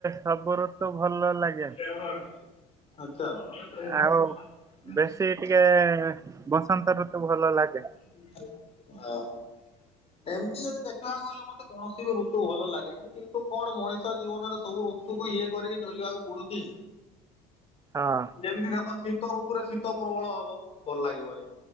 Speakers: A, on the right; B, on the left.
A: ସବୁ ରତୁ ଭଲ ଲାଗେ।
B: ଆଚ୍ଛା।
A: ଆଉ ବେଶୀ ଟିକେ ବସନ୍ତ ଋତୁ ଭଲ ଲାଗେ।
B: ଓହୋ ଏମିତି ଯଦି ଦେଖିବାକୁ ଗଲେ ମତେ କୌଣସି ବି ଋତୁ ଭଲ ଲାଗେନି। କିନ୍ତୁ କଣ ମଣିଷ ଜୀବନରେ ସବୁ ଋତୁକୁ ଇଏ କରିକି ଚଲିବାକୁ ପଡୁଛି।
A: ହଁ।
B: ଯେମିତି ଦେଖ ଶୀତ ଋତୁରେ ଶୀତ ପ୍ରବଳ ହବ ଭଲ ଲାଗିବନି।